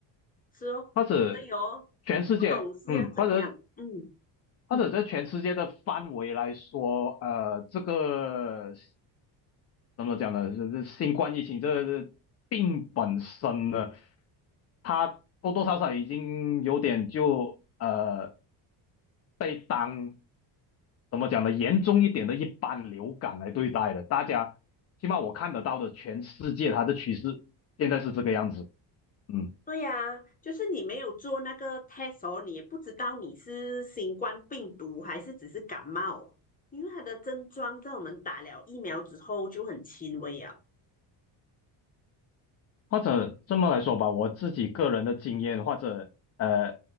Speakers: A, on the left; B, on the left.
A: 是哦，
B: 或者
A: 所以哦，
B: 全世界，
A: 不懂是要怎样，
B: 嗯，或者
A: 嗯，
B: 或者在全世界的范围来说，呃，这个怎么讲呢？这这新冠疫情这这病本身呢，它多多少少已经有点就呃被当怎么讲呢？严重一点的一般流感来对待了。大家起码我看得到的全世界它的趋势现在是这个样子，嗯。
A: 对呀、就是你没有做那个 test 哦，你也不知道你是新冠病毒还是只是感冒，因为它的症状在我们打了疫苗之后就很轻微啊，
B: 或者这么来说吧，我自己个人的经验，或者呃，